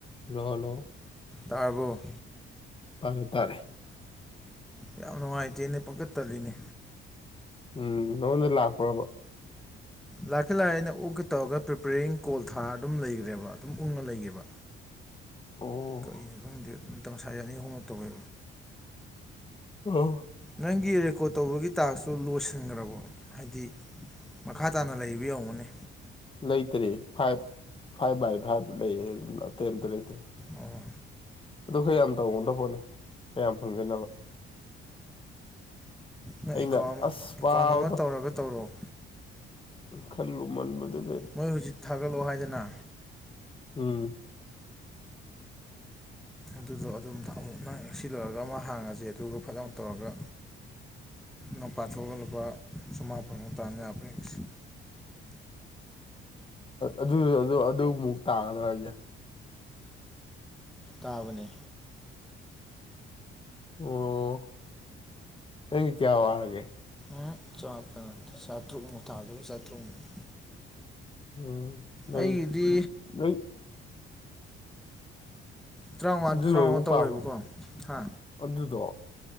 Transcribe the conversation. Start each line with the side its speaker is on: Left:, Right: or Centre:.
Left: Hello hello
Centre: ꯇꯥꯔꯕꯣ
Left: ꯇꯥꯔꯦ ꯇꯥꯔꯦ
Centre: ꯌꯥꯝ ꯅꯨꯡꯉꯥꯢꯇꯦꯅꯦ ꯄꯪꯇꯠ ꯇꯠꯂꯤꯅꯦ
Left: ꯎꯝ ꯅꯉꯣꯟꯗ ꯂꯥꯛꯄ꯭ꯔꯕ
Centre: ꯂꯥꯛꯇꯤ ꯂꯥꯛꯑꯦ ꯑꯩꯅ ꯎꯛꯒꯦ ꯇꯧꯔꯒ ꯄ꯭ꯔꯤꯄꯦꯔꯤꯡ ꯀꯣꯜ ꯊꯥꯔ ꯑꯗꯨꯝ ꯂꯩꯈ꯭ꯔꯦꯕ ꯑꯗꯨꯝ ꯎꯪꯉ ꯂꯩꯒꯤꯕ
Left: ꯑꯣ
Centre: ꯀꯔꯤꯅꯣ ꯈꯪꯗꯦ ꯑꯝꯇ ꯉꯁꯥꯢ ꯑꯅꯤ ꯑꯍꯨꯝꯔꯛ ꯇꯧꯋꯦ
Left: ꯑ
Centre: ꯅꯪꯒꯤ ꯔꯦꯀꯣꯔꯠ ꯇꯧꯕꯒꯤ ꯇꯥꯛꯁꯇꯨ ꯂꯣꯏꯁꯤꯟꯈ꯭ꯔꯕꯣ ꯍꯥꯢꯗꯤ ꯃꯈꯥ ꯇꯥꯅ ꯂꯩꯔꯤꯕ ꯌꯦꯡꯉꯣꯅꯦ
Left: ꯂꯩꯇꯔꯦ ꯐꯥꯏꯚ ꯐꯥꯏꯚ ꯕꯥꯏ ꯐꯥꯏꯚ ꯂꯩꯌꯦ ꯑꯝ ꯑꯇꯩ ꯑꯝꯇ ꯂꯩꯇꯔꯦ
Centre: ꯑꯣ
Left: ꯑꯗꯨ ꯈꯔ ꯌꯥꯝ ꯇꯧꯒꯗ ꯄꯣꯠꯅꯤ ꯈꯔ ꯌꯥꯝ ꯐꯪꯖꯅꯕ
Centre: ꯅꯪ
Left: ꯑꯩꯅ
Centre: ꯑꯦꯀꯥꯎꯟ
Left: ꯑꯁ ꯄꯥꯎꯗꯣ
Centre: ꯑꯦꯀꯥꯎꯟ ꯑꯃ ꯇꯧꯔꯒ ꯇꯧꯔꯣ
Left: ꯈꯜ ꯂꯨꯃꯟꯕꯗꯨ
Centre: ꯃꯣꯢ ꯍꯧꯖꯤꯛ ꯊꯥꯒꯠꯂꯛꯑꯣ ꯍꯥꯢꯗꯅ
Left: ꯎꯝ
Centre: ꯑꯗꯨꯗꯣ ꯑꯗꯨꯝ ꯊꯥꯒꯠ ꯅꯪ ꯁꯤ ꯂꯣꯏꯔꯒ ꯑꯃ ꯍꯥꯡꯉꯖꯦ ꯑꯗꯨꯒ ꯐꯠꯂꯥꯎ ꯇꯧꯔꯒ ꯅꯄꯥ ꯊꯣꯛꯑꯒ ꯂꯨꯄꯥ ꯆꯃꯥꯄꯟ ꯃꯨꯛ ꯇꯥꯟ ꯌꯥꯕ꯭ꯔ ꯌꯦꯡꯁꯤ
Left: ꯑꯗꯨ ꯑꯗꯨ ꯑꯗꯨꯃꯨꯛ ꯇꯥꯒꯗ꯭ꯔꯥ ꯍꯥꯢꯖꯦ
Centre: ꯇꯥꯕꯅꯦ
Left: ꯑꯣ ꯅꯪꯒꯤ ꯀꯌꯥꯕꯨ ꯍꯥꯢꯔꯒꯦ
Centre: ꯎꯝ ꯆꯃꯥꯄꯜ ꯅꯠꯇꯦ ꯆꯥꯇ꯭ꯔꯨꯛꯃꯨꯛ ꯊꯥꯗꯣꯕ ꯆꯥꯇ꯭ꯔꯨꯛꯃꯨꯛ
Left: ꯎꯝ ꯅꯪ
Centre: ꯑꯩꯒꯤꯗꯤ
Left: ꯅꯪ
Centre: ꯇ꯭ꯔꯥꯎꯉꯥ
Left: ꯑꯗꯨ
Centre: ꯇ꯭ꯔꯥꯎꯉꯥ
Left: ꯂꯣꯏꯕꯨꯛ
Centre: ꯇꯧꯔꯦꯕꯀꯣ
Left: ꯄꯥꯕ
Centre: ꯍꯥ
Left: ꯑꯗꯨꯗꯣ